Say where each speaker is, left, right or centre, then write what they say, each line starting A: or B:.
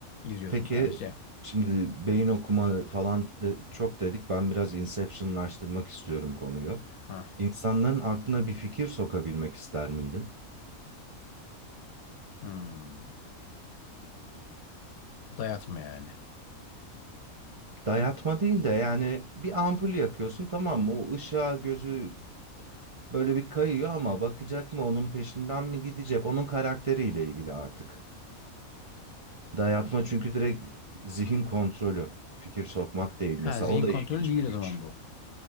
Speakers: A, on the left; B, on the right.
A: İzliyorsun
B: Peki
A: sadece.
B: şimdi beyin okuma falan de- çok dedik. Ben biraz inceptionlaştırmak istiyorum konuyu.
A: Hah.
B: İnsanların aklına bir fikir sokabilmek ister miydin?
A: Hmm. Dayatma yani.
B: Dayatma değil de yani bir ampul yakıyorsun tamam mı? O ışığa gözü böyle bir kayıyor ama bakacak mı onun peşinden mi gidecek? Onun karakteriyle ilgili artık. Dayatma çünkü direkt zihin kontrolü. Fikir sokmak değil. Mesela
A: Ha zihin
B: o da
A: kontrolü
B: ilginç
A: değil
B: bir güç.
A: o zaman bu.